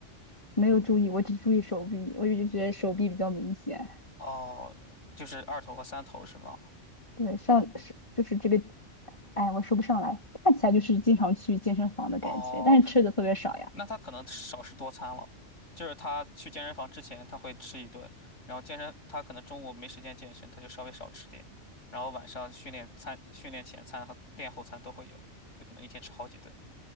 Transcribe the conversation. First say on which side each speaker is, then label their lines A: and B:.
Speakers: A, on the left; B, on the left.
A: 没有注意，我只注意手臂，我一直觉得手臂比较明显。
B: 哦，就是二头和三头是吗？
A: 对，上是就是这个，哎，我说不上来，看起来就是经常去健身房的感觉，
B: 哦，
A: 但是吃的特别少呀。
B: 那他可能少食多餐了，就是他去健身房之前他会吃一顿，然后健身他可能中午没时间健身，他就稍微少吃点，然后晚上训练餐、训练前餐和练后餐都会有，就可能一天吃好几顿。